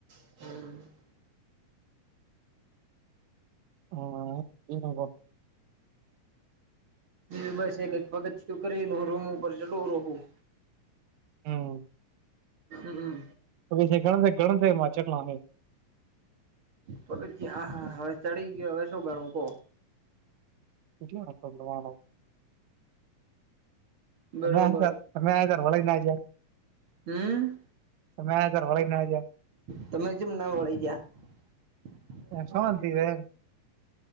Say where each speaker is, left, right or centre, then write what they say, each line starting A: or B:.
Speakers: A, on the right (about 45°); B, on the right (about 80°).
A: <unintelligible>
B: હા એન <unintelligible>
A: એ બ બસ એક પગતું કરી રૂમ ઉપર ચલું રહું
B: હમ્મ
A: હમ્મ હમ્મ
B: તો એ <unintelligible> ઘ ઘણામાં અચનાય
A: પગત્યા હવે ચડી ગયો હવે શું ગણવું કહ
B: એટલ <unintelligible>
A: બરોબર
B: તમેર તમે તાર વળ ના જયાર
A: હમ્મ
B: તમે <unintelligible>
A: તમે કેમ ના વળી ગયા
B: શાંતિ રે